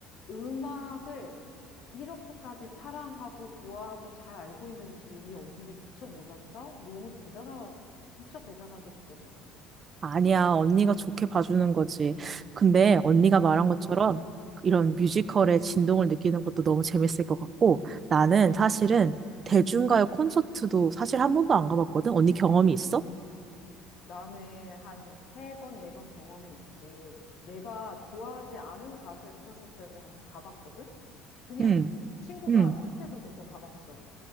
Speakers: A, on the left; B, on the right.
A: 음악을 이렇게까지 사랑하고 좋아하고 잘 알고 있는지 이 언니는 미처 몰랐다? 너무 대단하, 진짜 대단하게 느껴져.
B: 아니야, 언니가 좋게 봐주는 거지. 근데 언니가 말한 것처럼
A: 응,
B: 이런 뮤지컬의 진동을 느끼는 것도 너무 재밌을 것 같고 나는
A: 응,
B: 사실은 대중가요
A: 응.
B: 콘서트도 사실 한 번도 안 가봤거든. 언니 경험이 있어?
A: 나는 한 세 번, 네 번 경험이 있지. 내가 좋아하지 않은 가수의 콘서트를 한번 가봤거든? 그냥
B: 응,
A: 친구가
B: 응.
A: 티켓을 줘서 가봤어.